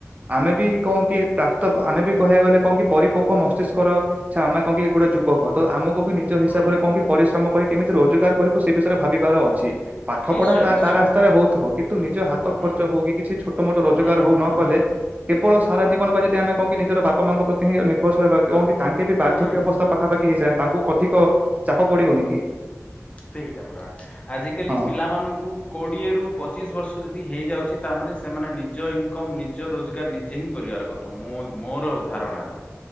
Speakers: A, on the right (about 30°); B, on the left (about 25°).
A: ଆମେ
B: ହୁଁ
A: ବି କଣ କି। ପ୍ରାପ୍ତ ଆମେ ବି କହିବାକୁ ଗଲେ କଣ କି ପରିପୋକ ମସ୍ତିଷ୍କ ର ଛା ଆମେ କଣ କି ଗୋଟେ ଯୁବକ ତ ଆମକୁ ବି। ନିଜ ହିସାବରେ
B: ହୁଁ
A: କଣ କି ପରିଶ୍ରମ କରି କେମିତି ରୋଜଗାର କରିବୁ ସେ ବିଷୟରେ ଭାବିବାର ଅଛି। ପାଠ
B: ନିଶ୍ଚୟ
A: ପଢା ତା
B: ନିଶ୍ଚୟ
A: ତା ରାସ୍ତାରେ ହଉଥିବ। କିନ୍ତୁ ନିଜ ହାତ
B: ହୁଁ
A: ଖର୍ଚ୍ଚ ହଉ କି କିଛି ଛୋଟ ମୋଟ ରୋଜଗାର
B: ହୁଁ
A: ହଉ
B: ହୁଁ
A: ନ କଲେ।
B: ହୁଁ
A: କେବଳ ସାରା
B: ହୁଁ
A: ଜୀବନ ପାଇଁ ଯଦି ଆମେ କଣ କି ନିଜର ବାପା, ମା ଙ୍କ ପ୍ରତି ହିଁ ନିର୍ଭରଶିଳ ରହିବା କଣ କି ତାଙ୍କେ ବି ବାର୍ଧକ୍ୟ
B: ହୁଁ
A: ଅବସ୍ଥା ପା। କେହି ଚା ତାଙ୍କୁ ଅଧିକ ଚାପ ପଡିବନି କି?
B: ସେଇଟା ପରା ଆଜିକାଲି
A: ହଁ
B: ପିଲାମାନଙ୍କୁ। କୋଡ଼ିଏରୁୁ ପଚିଶ ବର୍ଷ ଯଦି ହେଇଯାଉଛି ତାମାନେ ସେମାନେ ନିଜ ଇନକମ୍ ନିଜ ରୋଜଗାର ନିଜେ ହିଁ କରିବାର କଥା। ତ ମୁଁ ମୋର ଧାରଣାରେ।